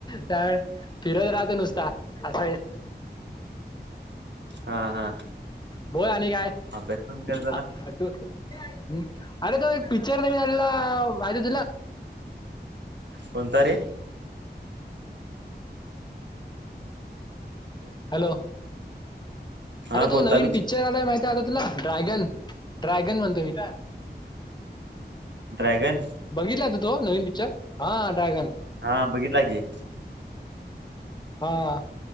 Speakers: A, on the left; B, on the right.
A: त्यावेळ फिरत राहत नुसता अस-
B: हा हा.
A: बोल आणि काय?
B: अभ्यास पण कर जरा
A: हटू अरे तो एक पिक्चर निघालेला माहितीय तुला?
B: कोणता रे?
A: हॅलो.
B: हा
A: अरे
B: कोणता
A: तो नवीन पिक्चर आलाय माहित- आता तुला ड्रॅगन, ड्रॅगन म्हणतो मी.
B: ड्रॅगन?
A: बघितला तू तो नवीन पिक्चर, हा ड्रॅगन.
B: हा बघितला की.
A: हा.